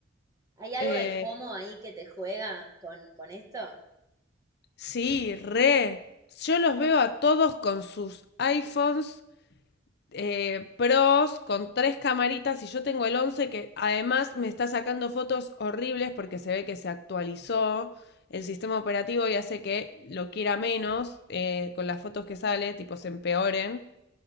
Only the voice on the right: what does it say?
¿Hay algo
del FOMO ahí que te juega con, con esto?